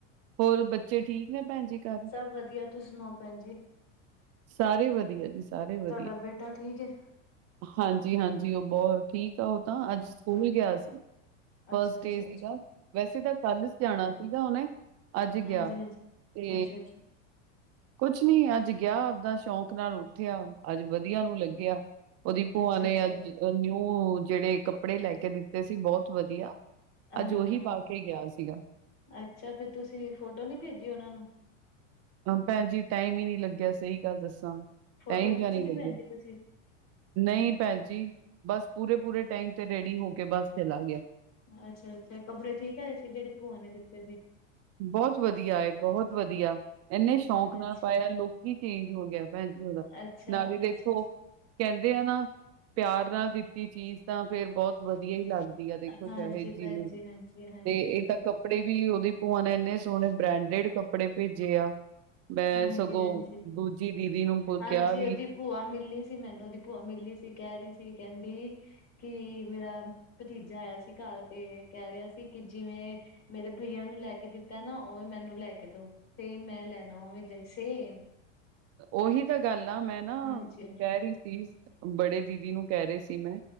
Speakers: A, on the right; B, on the left.
A: ਹੋਰ ਬੱਚੇ ਠੀਕ ਨੇ ਭੈਣ ਜੀ? ਘਰ?
B: ਸਭ ਵਧੀਆ। ਤੁਸੀਂ ਸੁਣਾਓ ਭੈਣ ਜੀ?
A: ਸਾਰੇ ਵਧੀਆ ਜੀ ਸਾਰੇ ਵਧੀਆ।
B: ਤੁਹਾਡਾ ਬੇਟਾ ਠੀਕ ਹੇ?
A: ਹਾਂਜੀ ਹਾਂਜੀ ਉਹ ਬਹੁਤ ਠੀਕ ਆ ਉਹ ਤਾਂ ਅੱਜ ਸਕੂਲ ਗਿਆ ਸੀ
B: ਅੱਛਾ
A: ਫਸਟ
B: ਅੱਛਾ
A: ਡਏ ਸੀਗਾ
B: ਅੱਛਾ
A: ਵੈਸੇ ਤਾਂ ਕੱਲ ਜਾਣਾ ਸੀਗਾ ਉਹਨੇ। ਅੱਜ
B: ਹਾਂਜੀ
A: ਗਿਆ
B: ਹਾਂਜੀ
A: ਤੇ
B: ਅੱਛਾ ਅੱਛਾ
A: ਕੁਛ ਨੀ ਅੱਜ ਗਿਆ ਆਪਦਾ ਸ਼ੌਂਕ ਨਾਲ ਉੱਠਿਆ ਅੱਜ ਵਧੀਆ ਨੂੰ ਲੱਗਿਆ। ਉਹਦੀ ਭੂਆਂ
B: ਅੱਛਾ
A: ਨੇ
B: ਅੱਛਾ
A: ਅੱਜ ਨਿਊ ਜਿਹੜੇ ਕੱਪੜੇ ਲੈ ਕੇ ਦਿੱਤੇ ਸੀ ਬਹੁਤ ਵਧੀਆ।
B: ਹਾਂ
A: ਅੱਜ ਉਹੀ
B: ਹਾਂ
A: ਪਾ ਕੇ ਗਿਆ ਸੀਗਾ।
B: ਅੱਛਾ ਫੇਰ ਤੁਸੀਂ ਫੋਟੋ ਨੀ ਭੇਜੀ ਉਹਨਾਂ ਨੂੰ?
A: ਭੈਣ ਜੀ ਟਾਈਮ ਹੀ ਨਹੀਂ ਲੱਗਿਆ ਸਹੀ ਗੱਲ ਦੱਸਾਂ
B: ਫੋਟੋ
A: ਟਾਈਮ
B: ਖਿੱਚੀ
A: ਜਿਹਾ ਨਹੀਂ
B: ਸੀ
A: ਲੱਗਿਆ।
B: ਭੈਣ ਜੀ ਤੁਸੀਂ
A: ਨਹੀਂ ਭੈਣ ਜੀ ਬਸ ਪੂਰੇ ਪੂਰੇ ਟਾਈਮ ਤੇ ਰੈਡੀ ਹੋ ਕੇ ਬੱਸ ਚਲਾ ਗਿਆ
B: ਅੱਛਾ ਅੱਛਾ ਕੱਪੜੇ ਠੀਕ ਆਏ ਸੀ ਜਿਹੜੇ ਭੂਆ ਨੇ ਦਿੱਤੇ ਸੀ
A: ਬਹੁੱਤ ਵਧੀਆ ਬਹੁੱਤ ਵਧੀਆ ਇੰਨੇ
B: ਅੱਛਾ
A: ਸ਼ੌਕ
B: ਭੈਣ
A: ਨਾਲ
B: ਜੀ
A: ਪਾਇਆ ਲੂਕ ਹੀ ਚੇਂਜ ਹੋ ਗਿਆ ਭੈਣ ਜੀ ਉਹਦਾ
B: ਅੱਛਾ
A: ਨਾਲੇ ਦੇਖੋ
B: ਅੱਛਾ
A: ਕਹਿੰਦੇ ਆ ਨਾ ਪਿਆਰ ਨਾਲ ਦਿੱਤੀ ਚੀਜ਼ ਤਾਂ ਫਿਰ ਬਹੁੱਤ ਵਧੀਆ ਹੀ ਲੱਗਦੀ ਆ ਦੇਖੋ
B: ਹਾਂਜੀ
A: ਚਾਹੇ ਜਿਵੇ
B: ਭੈਣ ਜੀ ਹਾਂਜੀ ਹਾਂਜੀ
A: ਤੇ ਇਹ ਤਾਂ ਕੱਪੜੇ ਵੀ ਉਹਦੇ ਭੂਆ ਨੇ ਇੰਨੇ ਸੋਹਣੇ ਬ੍ਰੈਂਡੀਡ ਕੱਪੜੇ ਭੇਜੇ ਆ। ਮੈਂ
B: ਹਾਂਜੀ
A: ਸਗੋਂ
B: ਹਾਂਜੀ
A: ਦੂਜੀ ਦੀਦੀ ਨੂੰ
B: ਹਾਂਜੀ
A: ਕਿਹਾ ਵੀ
B: ਉਹਦੀ ਭੂਆ ਮਿਲੀ ਸੀ ਮੈਨੂੰ ਉਹਦੀ ਭੂਆ ਮਿਲੀ ਸੀ ਕਹਿ ਰਹੀ ਸੀ ਕਹਿੰਦੀ ਕਿ ਮੇਰਾ ਭਤੀਜਾ ਆਇਆ ਸੀ ਘਰ ਤੇ ਕਹਿ ਰਿਹਾ ਸੀ ਕਿ ਜਿਵੇਂ ਮੇਰੇ ਬਈਆ ਨੂੰ ਲੈ ਕੇ ਦਿੱਤਾ ਨਾ ਉਵੇਂ ਮੈਨੂੰ ਲੈ ਕੇ ਦੋ ਸੇਮ ਮੈਂ ਲੈਣਾ ਉਵੇਂ ਜਈ ਸੇਮ।
A: ਉਹੀ ਤਾਂ ਗੱਲ ਆ ਮੈਂ ਨਾ
B: ਹਾਂਜੀ
A: ਕਹਿ ਰਹੀ ਸੀ ਬੜੇ ਦੀਦੀ ਨੂੰ ਕਹਿ ਰਹੇ ਸੀ ਮੈਂ